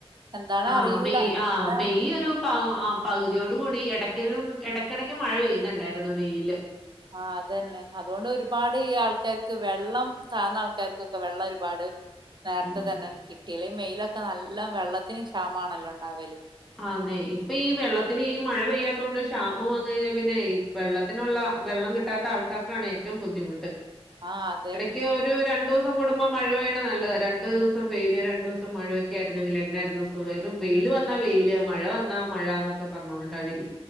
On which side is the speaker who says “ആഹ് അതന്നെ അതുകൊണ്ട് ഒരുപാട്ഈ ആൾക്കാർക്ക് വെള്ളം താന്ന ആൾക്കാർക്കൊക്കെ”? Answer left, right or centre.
Right